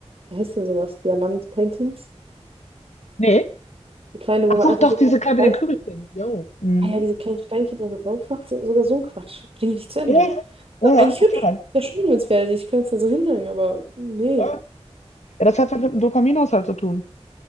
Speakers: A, on the right; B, on the left.
A: wie heißt denn sowas? Diamant-Paintings?
B: Nee.
A: Die kleine,
B: Ach
A: wo man
B: doch,
A: einfach
B: doch,
A: so
B: diese
A: kleine
B: kleine
A: Stein,
B: mit den Kügelchen. Jo. Mhm.
A: ah ja, diese kleinen Steinchen da so drauf macht, sind sogar so ein Quatsch. Bring ich nicht zu Ende.
B: Ja,
A: Ist
B: ja,
A: aber
B: ja,
A: eigentlich hübsch.
B: total.
A: Sehr schön, wenn es wäre. Ich könnte es dann so hinhängen, aber nee.
B: Ja, Ja, das hat was mit dem Dopaminhaushalt zu tun.